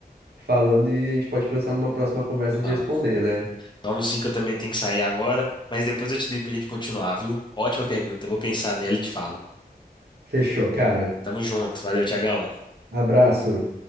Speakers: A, on the right; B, on the left.
A: falando e a gente pode pensar numa próxima conversa
B: Vamos.
A: de responder, né?
B: Vamos sim, que eu também tenho que sair agora, mas depois eu te digo pra gente continuar, viu? Ótima pergunta, eu vou pensar nela e te falo.
A: Fechou, cara.
B: Tamo junto, valeu, Tiagão.
A: Abraço.